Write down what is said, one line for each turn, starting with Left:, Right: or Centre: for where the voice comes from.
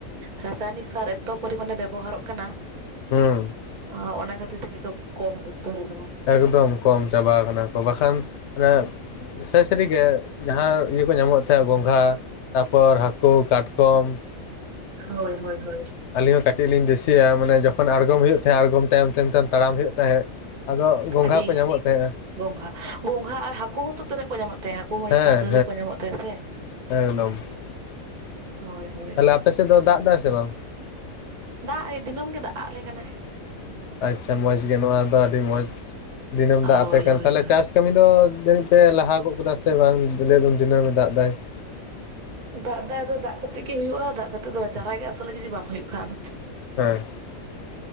Right: ᱨᱟᱥᱟᱭᱱᱤᱠ ᱥᱟᱨ ᱮᱛᱚ ᱯᱚᱨᱤᱢᱟᱱᱮ ᱵᱮᱵᱚᱦᱟᱨᱚᱜ ᱠᱟᱱᱟ
Left: ᱦᱩᱸ
Right: ᱚ ᱚᱱᱟ ᱠᱷᱟᱹᱛᱤᱨ ᱛᱮ ᱜᱮ ᱠᱚ ᱠᱚᱢ ᱩᱛᱟᱹᱨ ᱠᱟᱱᱟ
Left: ᱮᱠᱫᱚᱢ ᱠᱚᱢ ᱪᱟᱵᱟᱣ ᱠᱟᱱᱟ ᱠᱚ ᱵᱟᱠᱷᱟᱱ ᱢᱱᱟᱮ ᱥᱮ ᱥᱟᱹᱨᱤ ᱜᱮ ᱡᱟᱦᱟᱸ ᱤᱭᱟᱹ ᱠᱚ ᱧᱟᱢᱚᱜ ᱛᱮᱦᱮᱸᱜ ᱜᱚᱝᱜᱷᱦᱟᱼᱼ ᱛᱟᱯᱚᱨ ᱦᱟᱠᱩ ᱠᱟᱴᱠᱚᱢ᱾
Right: ᱦᱳᱭ ᱦᱳᱭ ᱦᱳᱭ
Left: ᱟᱹᱞᱤᱧ ᱦᱚᱸ ᱠᱟᱹᱴᱤᱡ ᱞᱤᱧ ᱫᱤᱥᱤᱭᱟ ᱢᱟᱱᱮ ᱡᱚᱠᱷᱚᱱ ᱟᱲᱜᱚᱢ ᱦᱩᱭᱩᱜ ᱛᱮᱦᱮᱸᱜ ᱟᱲᱜᱚᱢ ᱛᱟᱭᱚᱢ ᱛᱟᱭᱚᱢ ᱛᱟᱲᱟᱢ ᱦᱩᱭᱩᱜ ᱛᱟᱦᱮᱸᱫ ᱟᱫᱚᱼᱼ ᱜᱚᱝᱜᱷᱦᱟ
Right: ᱟᱹᱰᱤ
Left: ᱠᱚ ᱧᱟᱢᱚᱜ ᱛᱮᱦᱮᱸᱜ᱾
Right: ᱜᱚᱝᱜᱷᱟ ᱜᱚᱝᱜᱷᱟ ᱟᱨ ᱦᱟᱠᱩ ᱦᱚᱸᱛᱚ ᱛᱤᱱᱟᱹᱜ ᱠᱚ ᱧᱟᱢᱚᱜ ᱛᱮᱦᱮᱸᱜ ᱦᱟᱠᱩ ᱦᱚᱸ
Left: ᱦᱮᱸ
Right: ᱠᱚ ᱰᱟᱹᱨ ᱜᱮᱠᱚ ᱧᱟᱢᱚᱜ ᱛᱮᱦᱮᱸᱜ ᱥᱮ᱾
Left: ᱦᱮᱸ ᱮᱠᱫᱚᱢ
Right: ᱦᱳᱭ ᱦᱳᱭ
Left: ᱛᱟᱦᱟᱞᱮ
Right: ᱦᱳᱭ
Left: ᱟᱯᱮ ᱥᱮᱫ ᱫᱚ ᱫᱟᱜ ᱫᱟᱭ ᱥᱮ ᱵᱟᱝ
Right: ᱫᱟᱜ ᱮ ᱫᱤᱱᱟᱹᱢ ᱜᱮ ᱫᱟᱜ-ᱟᱫ ᱞᱮ ᱠᱟᱱᱟᱭ
Left: ᱟᱪᱪᱷᱟ ᱢᱚᱸᱡᱽ ᱜᱮ ᱱᱩᱶᱟ ᱫᱚ ᱟᱰᱤ ᱢᱚᱸᱡᱽ ᱫᱤᱱᱟᱹᱢ ᱫᱟᱜ ᱟᱯᱮ
Right: ᱦᱳᱭ ᱦᱳᱭ
Left: ᱛᱟᱦᱚᱞᱮ
Right: ᱦᱳᱭ
Left: ᱪᱟᱥ ᱠᱟᱹᱢᱤ ᱫᱚ ᱡᱟᱹᱱᱤᱡ ᱯᱮ ᱞᱟᱦᱟ ᱜᱚᱫ ᱠᱟᱫᱟ ᱥᱮ ᱵᱟᱝ ᱫᱚ ᱞᱟᱹᱭ ᱫᱚᱱ ᱫᱤᱱᱟᱹᱢ ᱮ ᱫᱟᱜ ᱫᱟᱭ
Right: ᱫᱟᱜ ᱫᱟᱜ ᱫᱚ ᱫᱟᱜ ᱠᱟᱛᱮᱜ ᱜᱮ ᱦᱩᱭᱩᱜ-ᱟ ᱫᱟᱜ ᱠᱟᱛᱮᱫ ᱫᱚ ᱪᱟᱨᱟ ᱜᱮ ᱟᱥᱚᱞᱟᱜ ᱡᱩᱫᱤ ᱵᱟᱝ ᱦᱩᱭᱩᱜ ᱠᱷᱟᱱ
Left: ᱦᱮᱸ